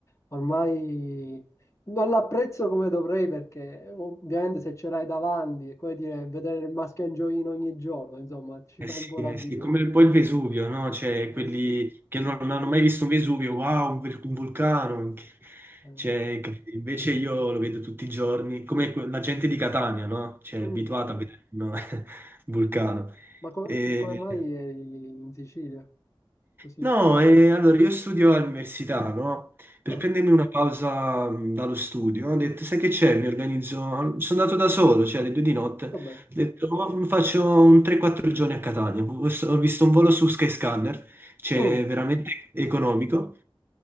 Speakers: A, on the left; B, on the right.
A: ormai non l'apprezzo come dovrei perché ovviamente se ce l'hai davanti è come dire vedere il mascagnoino ogni giorno, insomma, ci
B: Eh
A: fai
B: sì,
A: un po' l'abitudine.
B: eh sì, È come poi il Vesuvio, no? Cioè, quelli
A: Eh sì.
B: che non, non hanno mai visto un Vesuvio, wow, un, vul- un vulcano.
A: eh.
B: Cioè, che- invece io lo vedo tutti i giorni, come que- la gente di Catania, no? Cioè,
A: Mm.
B: è abituata a vedere un <laughs> un vulcano.
A: Ma come,
B: E-
A: ma come mai eri in Sicilia? Così.
B: No, e allora io studio all'università, no? Per
A: Ah,
B: prendermi una pausa mh, dallo studio, ho detto, sai che c'è? Mi organizzo, sono andato da solo, cioè alle due di notte, ho
A: va bene.
B: detto, "Oh, mi faccio un 3-4 giorni a Catania, ho visto ho visto un volo su Skyscanner, cioè
A: Mm,
B: veramente economico,